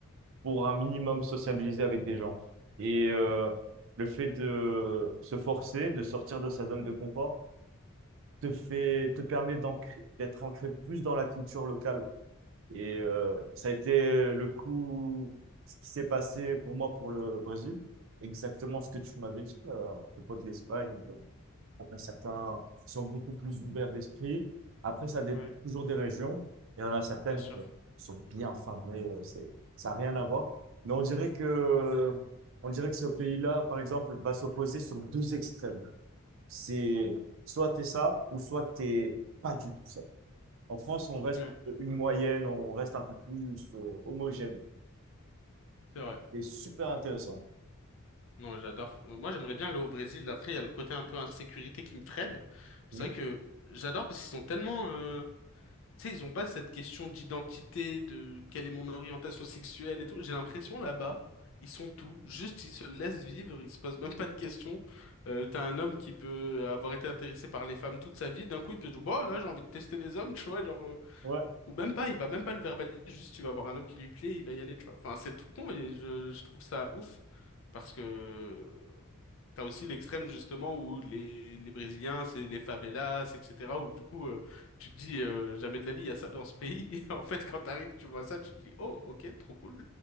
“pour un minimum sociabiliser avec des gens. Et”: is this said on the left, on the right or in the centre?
Right